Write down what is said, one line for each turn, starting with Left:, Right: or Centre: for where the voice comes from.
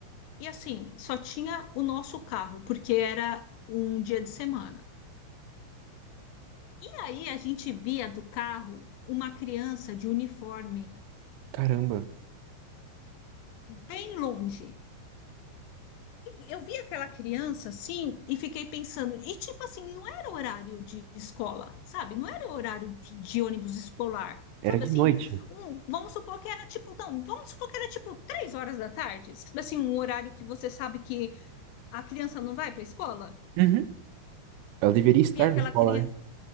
Left: e assim, só tinha o nosso carro, porque era um dia de semana. E aí a gente via do carro uma criança de uniforme
Right: Caramba,
Left: bem longe. Eu vi aquela criança assim e fiquei pensando, e tipo assim, não era horário de escola, sabe? Não era horário de, de ônibus escolar,
Right: era
Left: sabe
Right: de
Left: assim?
Right: noite.
Left: um- vamos supor que era tipo, não, vamos supor que era tipo três horas da tarde, sabe assim, um horário que você sabe que a criança não vai para a escola.
Right: uhum, Ela deveria estar
Left: Eu vi aquela
Right: na escola,
Left: criança,
Right: né?